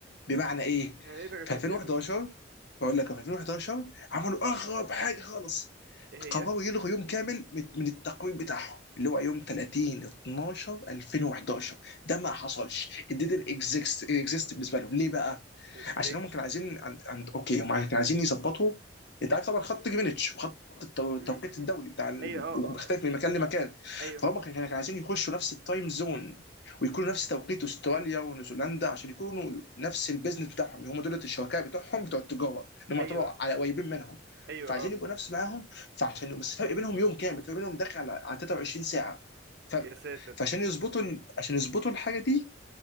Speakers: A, on the left; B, on the right.
A: بمعنى ايه؟
B: يعني ايه لغة
A: في
B: يوم
A: 2011
B: كامل دي
A: بقول لك في 2011 عملوا اغرب حاجه خالص
B: ايه هي
A: قرروا يلغوا يوم كامل من من التقويم بتاعهم اللي هو يوم 30 12 2011 ده ما حصلش it didn't exist exist بالنسبه لهم ليه بقى؟
B: ليه
A: عشان هم كانوا عايزين عند, عند اوكي هم كانوا عايزين يظبطوا انت عارف طبعا خط جرينتش وخط التو- التوقيت
B: امم امم
A: الدولي بتاع ال...
B: ايوه اه
A: وبيختلف
B: اه اه
A: من مكان لمكان
B: ايوه
A: فهم كانوا كانوا عايزين يخشوا نفس التايم زون ويكونوا نفس توقيت استراليا ونيوزيلندا عشان يكونوا نفس البيزنس بتاعهم هم دول الشركاء بتوعهم بتوع التجاره انهم
B: ايوه
A: يعتبروا على قريبين منهم
B: ايوه
A: فعايزين
B: اه
A: يبقوا نفس معاهم فعشان بس فرق بينهم يوم كامل فرق بينهم داخل على على 23 ساعه ف...
B: يا ساتر
A: فعشان يظبطوا ال... عشان يظبطوا الحاجه دي